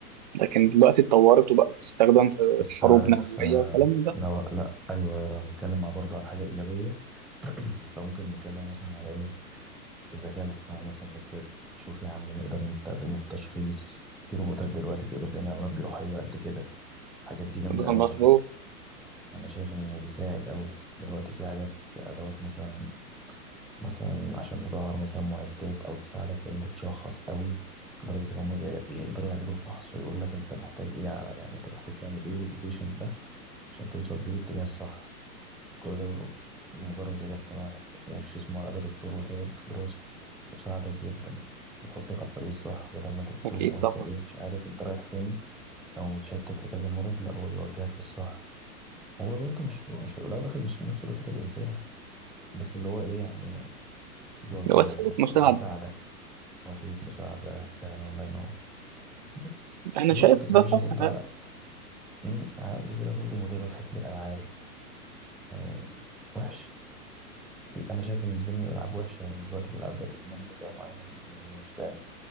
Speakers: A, on the right; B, in the centre.
A: لكن دلوقتي اتطورت وبقت تستخدم في
B: بس
A: حروب
B: عارف
A: نووية
B: آه،
A: والكلام ده
B: لو لأ أيوه لو هنتكلم مع برضه على حاجة إيجابية <clears throat> فممكن نتكلم مثلا على إيه الذكاء الاصطناعي مثلا في الطب شوف يا عم نقدر نستخدمه في تشخيص في روبوتات دلوقتي بتقدر تعمل عمليات جراحية قد كده الحاجات دي جامدة
A: ده
B: أوي
A: مظبوط
B: على فكرة انا شايف انه بيساعد قوي دلوقتي في حاجات ادوات مثلا مثلا عشان تطهر مثلا معدات او تساعدك في ان انت تشخص قوي لدرجه ان هم بي- بيقدروا يعملوا فحص ويقول لك انت محتاج ايه على يعني انت محتاج تعمل ايه للبيشنت ده عشان توصل بيه للاتجاه الصح كل ده مجرد ذكاء اصطناعي ومش اسمه على الأقل دكتور وتعب في دراسه وساعدك جدا ويحطك على الطريق الصح بدل ما انت بتوه
A: أكيد
B: وانت
A: طبعا
B: ايه مش عارف انت رايح فين او متشتت لكذا مرض لا هو بيوجهك للصح هو برضه مش في مش في الأول والآخر مش في نفس لياقة الإنسان بس اللي هو إيه يعني بيوجهك
A: ده وسيلة
B: برضه
A: مساعدة
B: أو بيساعدك وسيلة مساعدة فعلا الله ينور بس
A: أنا
B: وبرضه
A: شايف
B: التكنولوجيا
A: ده صح
B: برضه
A: فعلا
B: على أمم، على قد كده برضه مضرة في حتة الألعاب يعني وحش في أنا شايف بالنسبة لي الألعاب وحشة يعني دلوقتي الألعاب بقت إدمان لفئة معينة من الناس فاهم